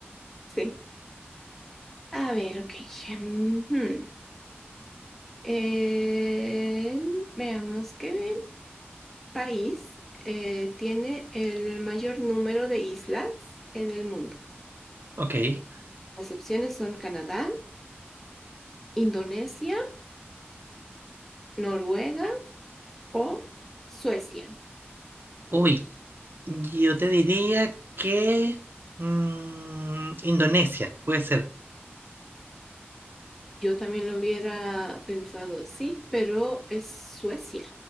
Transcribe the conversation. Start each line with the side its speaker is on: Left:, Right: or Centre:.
Centre: sí. A ver, ok. ujú. Eh, veamos qué país eh, tiene el mayor número de islas en el mundo.
Right: Ok.
Centre: Las opciones son Canadá, Indonesia, Noruega o Suecia.
Right: Uy, yo te diría que... mm, Indonesia, puede ser.
Centre: Yo también lo hubiera pensado, sí, pero es Suecia.